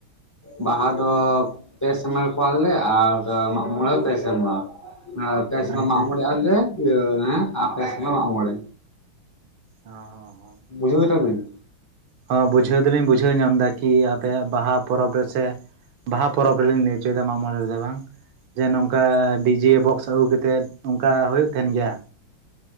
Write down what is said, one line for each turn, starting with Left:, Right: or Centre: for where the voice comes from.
Left: ᱵᱟᱦᱟ ᱫᱚ ᱯᱮ ᱥᱮᱨᱢᱟ ᱠᱚᱣᱟᱞᱮ ᱟᱨ ᱢᱟᱜ ᱢᱚᱬᱮ ᱯᱮ ᱥᱮᱢᱨᱟ᱾ ᱯᱮᱥ ᱥᱮᱢᱟ
Right: ᱟᱪᱪᱷᱟ
Left: ᱢᱟᱜ-ᱢᱚᱬᱮ ᱟᱞᱮ ᱤᱭᱟ ᱦᱮᱸ ᱟᱯᱮ ᱥᱮᱢᱟ ᱢᱟᱜ-ᱢᱚᱬᱮ᱾
Right: ᱦᱚ ᱦᱚ ᱦᱚ,
Left: ᱵᱩᱡᱷᱟᱹᱣ ᱠᱮᱫᱟ ᱵᱤᱱ?
Right: ᱦᱚᱸ ᱵᱩᱡᱷᱟᱹᱣ ᱫᱚᱞᱤᱧ ᱵᱩᱡᱷᱟᱹᱣ ᱧᱟᱢ ᱫᱟ ᱠᱤ ᱟᱯᱮᱭᱟᱜ ᱵᱟᱦᱟ ᱯᱚᱨᱚᱵᱽ ᱨᱮᱥᱮ ᱵᱟᱦᱟ ᱯᱚᱨᱚᱵᱽ ᱨᱮᱞᱤᱧ ᱞᱟᱹᱭ ᱦᱚᱪᱚᱭᱮᱫᱟ ᱢᱟᱜ ᱢᱚᱬᱮ ᱨᱮᱫᱚ ᱵᱟᱝ᱾ ᱡᱮ ᱱᱚᱝᱠᱟ ᱰᱤᱡᱮ ᱵᱚᱠᱥ ᱟᱹᱜᱩ ᱠᱟᱛᱮᱜ ᱱᱚᱝᱠᱟ ᱦᱳᱭᱳᱜ ᱛᱟᱦᱮᱱ ᱜᱮᱭᱟ?